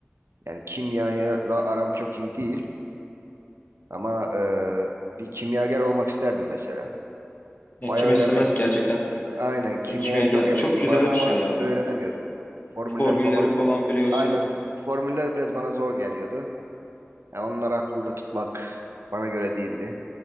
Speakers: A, on the right; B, on the left.
A: Yani kimyayla aram çok iyi değil ama e, bir kimyager olmak isterdim mesela.
B: Yani
A: Bayağı
B: kim
A: öğrenmek
B: istemez ki gerçekten
A: Aynen kimyaya
B: E, kimyager
A: çok hevesim
B: çok güzel
A: vardı
B: bir
A: ama
B: şey ya.
A: öğrenemiyordum. Formüller
B: Formülleri
A: falan.
B: falan biliyorsun.
A: Aynen formüller biraz bana zor geliyordu. Yani onları aklımda tutmak bana göre değildi.